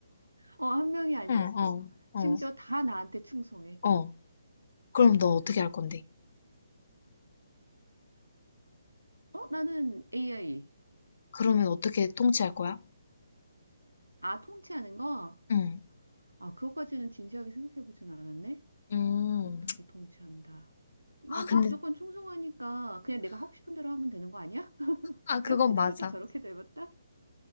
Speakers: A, on the right; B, on the left.
A: 어, 한 명이 아니었어.
B: 응, 어, 어,
A: 심지어 다 나한테 충성해.
B: 어. 그럼 너 어떻게
A: 어,
B: 할 건데?
A: 어, 나는 AI.
B: 그러면 어떻게 통치할 거야?
A: 아, 통치하는 거?
B: 응.
A: 아, 그것까지는 진지하게 생각해보진 않았네.
B: 음.
A: 어떻게 통치한다. 나한테
B: 아, 근데,
A: 무조건 충성하니까 그냥 내가 하고 싶은 대로 하면 되는 거 아니야? <laughs>
B: 아, 그건
A: 이렇게
B: 맞아.
A: 돼봤다 저렇게 돼봤다?